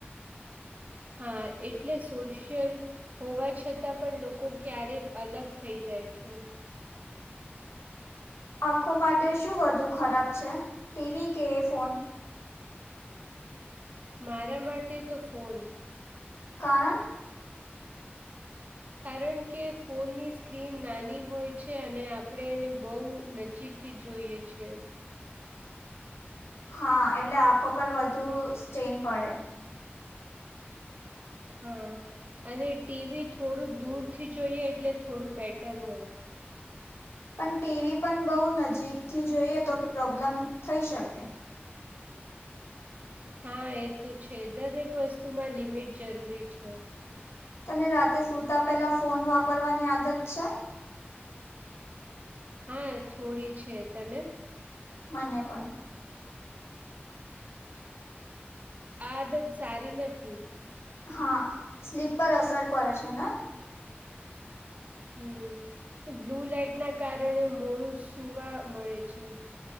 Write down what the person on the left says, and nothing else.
આખો માટે શું વધુ ખરાબ છે, ટીવી કે ફોન
કારણ
હા એટલે આંખો પર વધુ સ્ટેન પડે.
પણ ટીવી પણ બહુ નજીકથી જોઈએ તો પ્રોબ્લમ થઈ શકે
તને રાતે સુતા પેલા ફોન વાપરવાની આદત છે?
મને પણ
હા સ્લીપ પર અસર પડે છે ને